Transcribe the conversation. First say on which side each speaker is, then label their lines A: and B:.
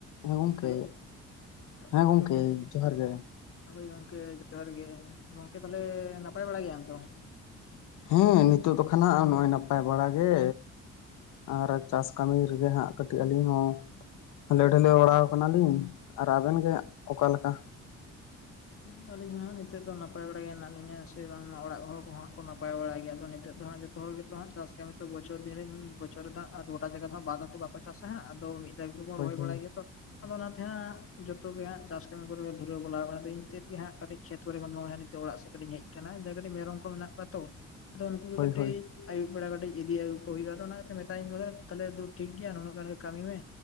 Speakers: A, on the left; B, on the left.
A: ᱦᱮᱸ ᱜᱚᱢᱠᱮ
B: ᱦᱮᱞᱳ
A: <inaudible> ᱦᱮᱸ
B: ᱦᱳᱭ
A: ᱜᱚᱢᱠᱮ
B: ᱜᱚᱝᱠᱮ
A: ᱡᱚᱦᱟᱨ ᱜᱮ᱾
B: ᱦᱳᱭ ᱜᱚᱝᱠᱮ ᱡᱚᱦᱟᱨ ᱜᱮ ᱾ᱜᱚᱝᱠᱮ ᱛᱟᱦᱚᱞᱮ ᱱᱟᱯᱟᱭ ᱵᱟᱲᱟ ᱜᱮᱭᱟᱢ ᱛᱚ?
A: ᱦᱮᱸ ᱱᱤᱛᱳ ᱫᱚ ᱠᱷᱟᱱ ᱦᱟᱜ ᱱᱚᱜᱼᱚᱭ ᱱᱟᱯᱟᱭ ᱵᱟᱲᱟ ᱜᱮ᱾ ᱟᱨ ᱪᱟᱥ ᱠᱟᱹᱢᱤ ᱨᱮᱜᱮ ᱦᱟᱸᱜ ᱠᱟᱹᱴᱤᱡ ᱟᱹᱞᱤᱧ ᱦᱚᱸ ᱦᱟᱞᱮ ᱰᱟᱞᱮ ᱵᱟᱲᱟᱣ ᱠᱟᱱᱟᱞᱤᱧ᱾ᱟᱨ ᱟᱵᱮᱱ ᱜᱮ ᱚᱠᱟ ᱞᱮᱠᱟ?
B: ᱦᱮᱸ ᱟᱞᱤᱧ ᱦᱚᱸ ᱱᱤᱛᱚᱜ ᱫᱚ ᱱᱟᱯᱟᱭ ᱵᱟᱲᱟ ᱜᱮ ᱦᱮᱱᱟᱜ ᱞᱤᱧᱟ, ᱥᱮ ᱵᱟᱝᱢᱟ ᱚᱲᱟᱜ ᱦᱚᱲ ᱠᱚᱦᱚ ᱦᱟᱜ ᱠᱚ ᱱᱟᱯᱟᱭ ᱵᱟᱲᱟ ᱜᱮᱭᱟ, ᱟᱫᱚ ᱱᱤᱛᱚᱜ ᱫᱚ ᱦᱟᱜ ᱡᱚᱛ ᱡᱚᱛᱚ ᱦᱚᱲ ᱜᱮᱛᱚ ᱦᱟᱸ ᱪᱟᱥ ᱠᱟᱢᱤ ᱛᱚ ᱵᱚᱪᱷᱚᱨ ᱫᱤᱱ ᱨᱮ ᱵᱚᱪᱷᱚᱨ ᱫᱟᱜ ᱟᱨᱫᱚ ᱜᱚᱴᱟ ᱡᱟᱭᱜᱟ ᱫᱚ ᱵᱟᱫ ᱫᱟᱜ ᱫᱚ ᱵᱟᱠᱚ ᱪᱟᱥᱟ ᱦᱟᱸᱜ ᱟᱫᱚ ᱢᱤᱫ <unintelligible>
A: ᱦᱳᱭ
B: ᱨᱚᱦᱚᱭ
A: ᱦᱳᱭ
B: ᱵᱟᱲᱟᱭ ᱜᱮᱭᱟ ᱛᱚ ᱟᱫᱚ ᱚᱱᱟᱛᱮ ᱦᱟᱸᱜ ᱡᱚᱛᱚᱜ ᱜᱮ ᱦᱟᱸᱜ ᱪᱟᱥ ᱠᱟᱹᱢᱤ ᱠᱚᱨᱮ ᱫᱷᱩᱨᱟᱹᱣ ᱵᱟᱞᱟ ᱟᱠᱟᱱᱟ ᱫᱚ ᱤᱧ ᱛᱮᱫ ᱜᱮ ᱦᱟᱸᱜ ᱠᱟᱹᱴᱤᱡ ᱠᱷᱮᱛ ᱠᱚᱨᱮ ᱠᱷᱚᱱ ᱱᱤᱛᱚᱜ ᱚᱲᱟᱜ ᱥᱮᱫ ᱠᱟᱹᱴᱤᱡ ᱤᱧ ᱦᱮᱡ ᱠᱟᱱᱟ ᱰᱟᱜᱽᱨᱤ ᱢᱮᱨᱚᱢ ᱠᱚ ᱢᱮᱱᱟᱜ ᱠᱚᱣᱟ ᱛᱚ᱾ <unintelligible>
A: ᱦᱳᱭ
B: ᱠᱟᱹᱴᱤᱡ
A: ᱦᱳᱭ
B: ᱟᱭᱩᱵ ᱵᱮᱲᱟ ᱠᱟᱹᱴᱤᱡ ᱤᱫᱤ ᱟᱹᱜᱩ ᱦᱩᱭᱩᱜᱼᱟ ᱚᱱᱟ ᱠᱟᱛᱮ ᱢᱮᱛᱟ ᱟᱹᱧ ᱫᱚ ᱛᱟᱦᱚᱞᱮ ᱫᱩ ᱴᱷᱤᱠ ᱜᱮᱭᱟ ᱱᱚᱜᱠᱟ ᱠᱟᱹᱢᱤ ᱢᱮ